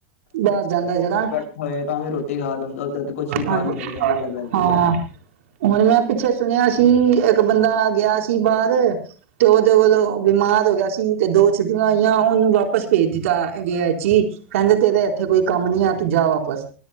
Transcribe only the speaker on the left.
ਘਰੇ ਤਾਂ ਵੀ ਰੋਟੀ ਖਾ ਲੈਂਦਾ, ਉੱਧਰ ਤੇ ਕੁੱਛ ਹੀ ਖਾ
ਨੀ ਸਕਦਾ ਵੇਲਾ ਬੈਠ ਕੇ।